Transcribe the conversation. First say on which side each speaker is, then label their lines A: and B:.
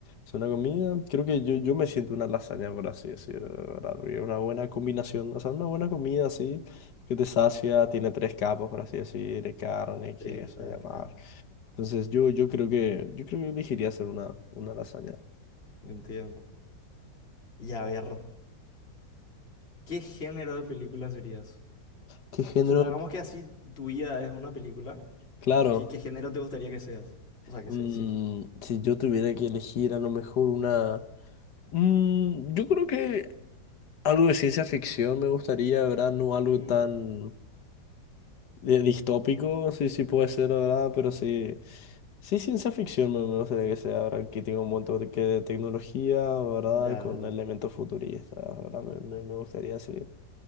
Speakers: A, on the left (about 65°); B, on the left (about 30°).
A: Es una comida, creo que yo, yo me siento una lasaña, por así decirlo, ¿verdad? Porque es una buena combinación, o sea, una buena comida así, que te sacia, tiene tres capas, por así decir, de carne, queso
B: Sí, ya,
A: y demás.
B: claro.
A: Entonces yo, yo creo que yo creo que elegiría hacer una, una lasaña.
B: Entiendo. Y a ver, ¿qué género de película serías?
A: ¿Qué género?
B: Supongamos
A: de-
B: que así tu vida es una película.
A: Claro,
B: ¿Qué, qué género te gustaría que seas? O sea, que
A: mm,
B: sé, sí.
A: si yo tuviera que elegir a lo mejor una... mm, yo creo que algo de ciencia ficción me gustaría, ¿verdad? No algo
B: Mm.
A: tan eh, distópico, sí, sí puede ser, ¿verdad? Pero sí, sí ciencia ficción me me gustaría que sea, ¿verdad? Que tenga un montón de, que de tecnología, ¿verdad?
B: Ya,
A: Y con
B: ya.
A: elementos futuristas, ¿verdad? Me, me, me gustaría, sí.